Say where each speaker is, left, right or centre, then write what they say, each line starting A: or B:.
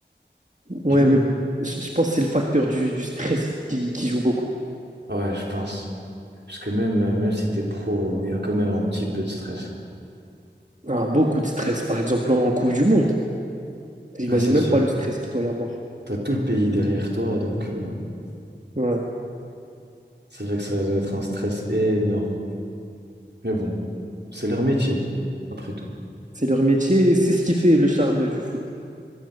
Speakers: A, on the right; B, on the right.
A: Ouais,
B: Je me...
A: mais je je pense que c'est le facteur du, du stress qui, qui joue beaucoup.
B: Ouais, je pense. Parce que même, même si t'es pro, il y a quand même un petit peu de stress.
A: Ah, beaucoup de stress, par exemple en Coupe du Monde. J'imagine
B: Ah, c'est
A: même
B: sûr.
A: pas le stress qu'il doit y avoir.
B: T'as tout le pays derrière toi, donc euh,
A: Ouais.
B: c'est vrai que ça doit être un stress énorme. Mais bon, c'est leur métier, après tout.
A: C'est leur métier, c'est ce qui fait le charme du foot.